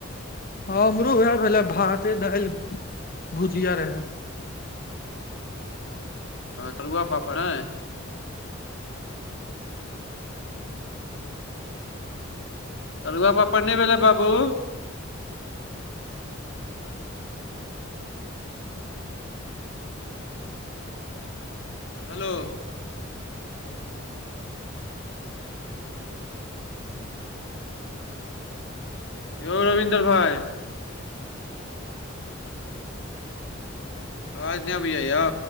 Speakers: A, on the left; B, on the left.
A: हँ हमरो उएह भेलै भाते दालि भुजिया रहै
B: तरुआ पापड़ नय तरुआ पापड़ नय भेलै बाबू हेलो यौ रवीन्द्र भाई आबाज नय अबैये यौ